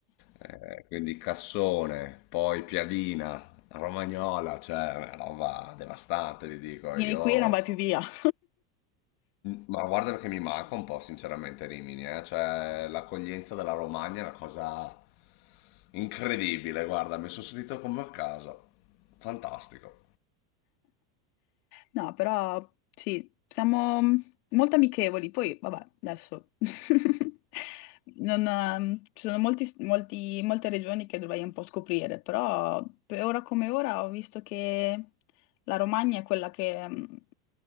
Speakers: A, on the left (about 50°); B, on the left (about 70°).
A: eh, quindi Cassone, poi Piadina, Romagnola, cioè una roba devastante, ti dico,
B: Vieni
A: io...
B: qui e non vai più via. <laughs>
A: Ma guarda che mi manca un po' sinceramente Rimini, eh, cioè l'accoglienza della Romagna è una cosa incredibile, guarda, mi sono sentito come a casa, fantastico.
B: No, però sì, siamo molto amichevoli. Poi, vabbè, adesso <laughs> non, ehm, ci sono molti, molti- molte regioni che dovrei un po' scoprire, però per ora come ora ho visto che la Romagna è quella che ehm,